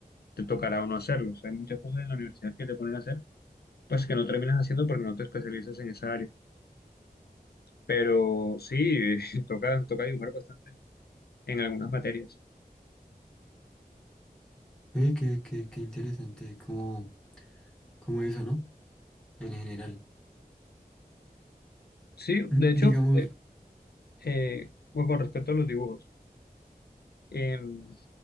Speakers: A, on the left; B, in the centre.
A: te tocará o no hacerlo. O sea, hay muchas cosas en la universidad que te ponen a hacer, pues que no terminas haciendo porque no te especializas en esa área. Pero sí, <laughs> toca, toca dibujar bastante en algunas materias.
B: eh, qué, qué- qué interesante como, como eso, ¿no? En general.
A: Sí, de
B: Mm,
A: hecho,
B: Digamos,
A: eh, eh, bueno, con respecto a los dibujos, em,